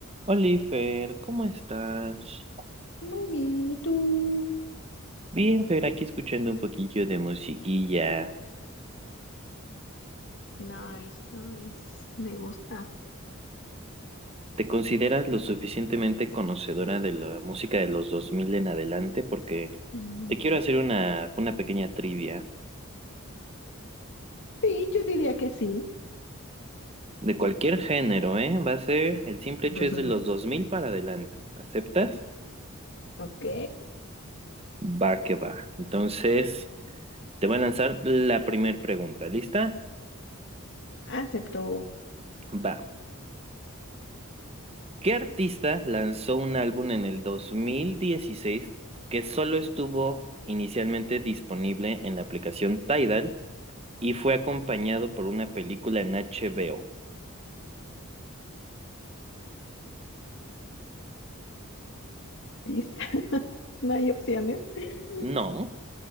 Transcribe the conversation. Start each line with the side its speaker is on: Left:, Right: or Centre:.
Right: Oliver, ¿cómo estás?
Left: Muy bien, ¿y tú?
Right: Bien, Fer, aquí escuchando un poquillo de musiquilla.
Left: Nice, nice. Me gusta.
Right: ¿Te consideras lo suficientemente conocedora de la música de los 2000 en adelante? Porque
Left: Mm,
Right: te quiero hacer una, una pequeña trivia.
Left: Sí, yo diría que sí.
Right: De cualquier género, ¿eh? Va a ser, el simple hecho
Left: <laughs>
Right: es de los 2000 para adelante. ¿Aceptas?
Left: Ok.
Right: Va que va. Entonces, te voy a lanzar la primera pregunta. ¿Lista?
Left: Acepto
Right: Va. ¿Qué artista lanzó un álbum en el 2016 que solo estuvo inicialmente disponible en la aplicación Tidal y fue acompañado por una película en HBO?
Left: pistas. <laughs> No hay opciones. Ve.
Right: No,